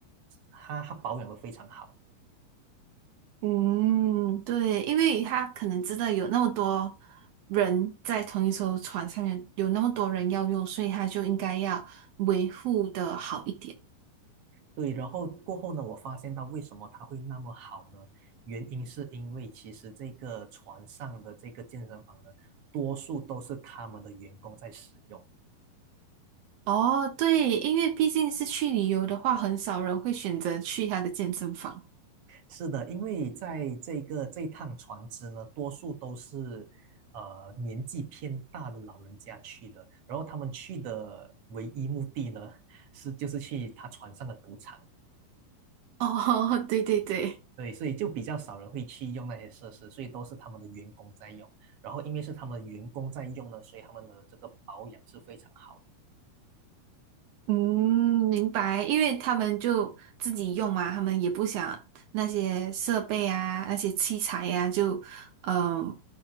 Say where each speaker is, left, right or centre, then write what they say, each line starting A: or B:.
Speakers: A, on the right; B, on the right.
A: 它它保养的非常好。
B: 嗯，对，因为他可能知道有那么多人在同一艘船上面，有那么多人要用，所以他就应该要维护的好一点。
A: 对，然后过后呢，我发现到为什么它会那么好呢？原因是因为其实这个船上的这个健身房呢，多数都是他们的员工在使用。
B: 哦，对，因为毕竟是去旅游的话，很少人会选择去他的健身房。
A: 是的，因为在这个这趟船只呢，多数都是呃年纪偏大的老人家去的，然后他们去的唯一目的呢，是就是去他船上的赌场。
B: 哦，<laughs> 对对对，
A: 对，所以就比较少人会去用那些设施，所以都是他们的员工在用。然后因为是他们的员工在用呢，所以他们的这个保养是非常好的。
B: 嗯，明白，因为他们就自己用嘛，他们也不想那些设备啊、那些器材呀、就嗯、呃